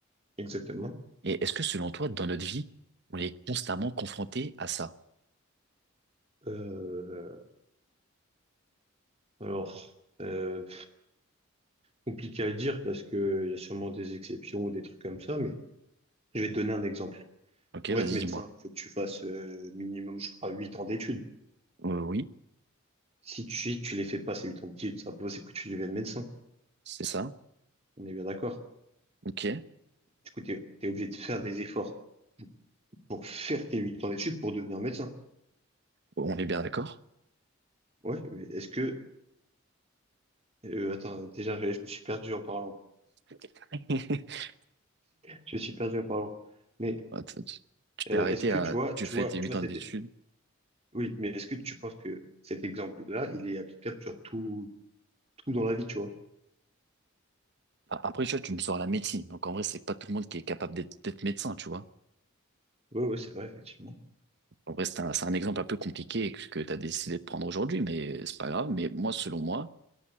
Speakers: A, on the right; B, on the right.
A: exactement.
B: Et est-ce que selon toi, dans notre vie, on est constamment confronté à ça?
A: Euh, alors, euh, compliqué à dire parce que il y a sûrement des exceptions ou des trucs comme ça, mais je vais te donner un exemple.
B: Ok,
A: Pour
B: vas-y,
A: être médecin,
B: dis-moi.
A: faut que tu fasses, euh, minimum, je crois, 8 ans d'études.
B: Euh, oui,
A: Si tu, si tu les fais pas, ces 8 ans d'études, c'est impossible que tu deviennes médecin.
B: c'est ça.
A: On est bien d'accord.
B: Ok,
A: Du coup, t'es, t'es obligé de faire des efforts pour faire tes 8 ans d'études pour devenir médecin.
B: on est bien d'accord.
A: Ouais, mais est-ce que, euh, attends, déjà, je me suis perdu en parlant.
B: <laughs>
A: Je me suis perdu en parlant. Mais,
B: Attends, Tu tu t'es
A: euh,
B: arrêté
A: est-ce que
B: à,
A: tu vois,
B: tu
A: tu
B: fais
A: vois,
B: tes huit
A: tu vois,
B: ans
A: c'était,
B: d'études.
A: oui, mais est-ce que tu penses que cet exemple-là, il est applicable sur tout, tout dans la vie, tu vois?
B: A- Après, tu vois, tu me sors la médecine. Donc, en vrai, c'est pas tout le monde qui est capable d'être d'être médecin, tu vois.
A: Ouais, ouais, c'est vrai, effectivement.
B: En vrai, c'est un, c'est un exemple un peu compliqué que, que tu as décidé de prendre aujourd'hui, mais c'est pas grave. Mais moi, selon moi,